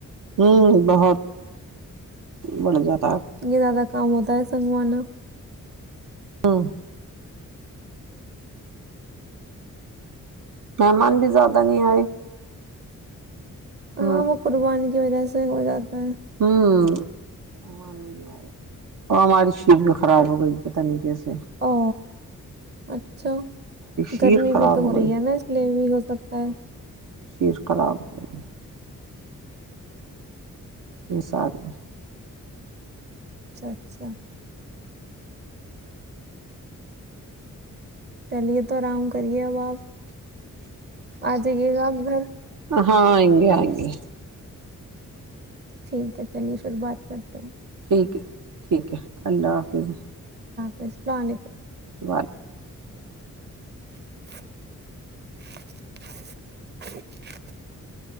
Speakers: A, on the right; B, on the right.
A: ہوں بہت بڑھ جاتا ہے
B: یہ زیادہ کام ہوتا ہے سنگوانا
A: واں مہمان بھی زیادہ نہیں آئے
B: ہاں
A: ہ
B: وہ قربان کی وجہ سے ہو جاتا ہے
A: ہوں مہمان بھی نہیں آ رہے اور ہماری شر بھی خراب ہو گئی پت نہیں کیسے سےی
B: او اچھا
A: شیر
B: گرمی
A: خراب
B: بھی تو ہو رہی
A: گئی
B: ہے نا اس لیے بھی ہو سکتا ہے
A: چییر خراب ہو ہے اسس آدمی
B: اچھا اچھا چلیے تو آرام کریے اب آپ آ جائیے گا آپ گھر
A: ہاں ہئیں گے آئیں گے
B: ٹھیک ہے چلیے پھر بات کرتے ہیں
A: ٹھیک ہے ٹھیک ہے اللہ حافظ ہیں
B: وسٹ ل آنےیک
A: بات
B: <inaudible>